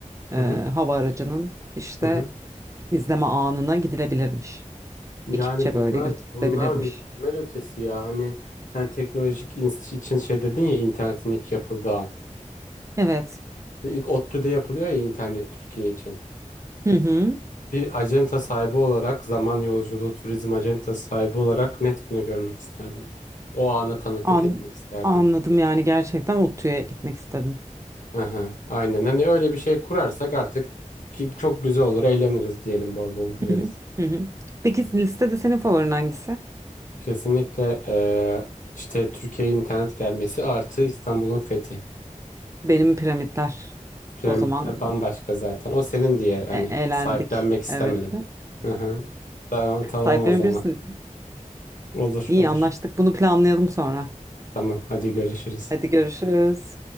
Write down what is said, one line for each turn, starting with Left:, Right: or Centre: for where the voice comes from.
Right: eee,
Left: hı hı.
Right: hava aracının işte
Left: hı hı.
Right: izleme anına gidilebilirmiş.
Left: Yani
Right: Ekipçe
Left: bunlar
Right: böyle götürülebilirmiş.
Left: bunlar mükemmel ötesi ya. Hani sen teknolojik ins- için şey dedin ya internetin ilk yapıldığı an.
Right: Evet.
Left: İlk ODTÜ'de yapılıyor ya internet Türkiye için.
Right: Hı hı.
Left: Bir acenta sahibi olarak zaman yolculuğu turizm acentası sahibi olarak net bunu görmek isterdim. O ana tanıklık
Right: An
Left: etmek isterdim.
Right: anladım yani gerçekten ODTÜ'ye gitmek istedim.
Left: Hı hı, aynen hani öyle bir şey kurarsak artık ki çok güzel olur eğleniriz diyelim bol bol güleriz.
Right: Hı hı. Hı hı. Peki listede senin favorin hangisi?
Left: Kesinlikle eee, işte Türkiye'ye internet gelmesi artı İstanbul'un fethi.
Right: Benim piramitler.
Left: Piramitler
Right: O zaman
Left: bambaşka zaten o senin diye hani
Right: E- eğlendik.
Left: sahiplenmek istemedim.
Right: Evet. <laughs>
Left: Hı hı. Tamam, tamam
Right: Sahiplenebilirsin.
Left: o zaman olur
Right: İyi
Left: olur
Right: anlaştık. Bunu planlayalım sonra.
Left: tamam hadi görüşürüz.
Right: Hadi görüşürüz.